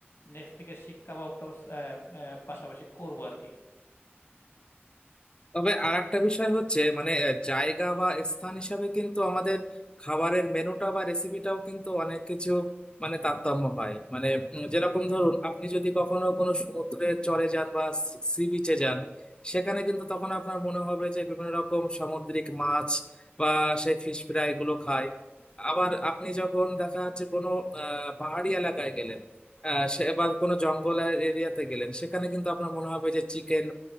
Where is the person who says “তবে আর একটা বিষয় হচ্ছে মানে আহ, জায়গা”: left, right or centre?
Left